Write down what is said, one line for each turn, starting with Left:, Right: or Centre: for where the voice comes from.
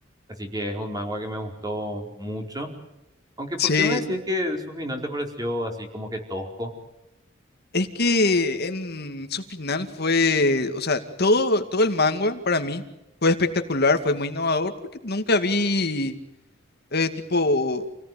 Right: Así que es un manga que me gustó mucho. Aunque,
Left: Sí,
Right: ¿por qué me decís que su final te pareció así como que tosco?
Left: Es que en su final fue, o sea, todo, todo el manga para mí fue espectacular, fue muy innovador porque nunca vi eh, tipo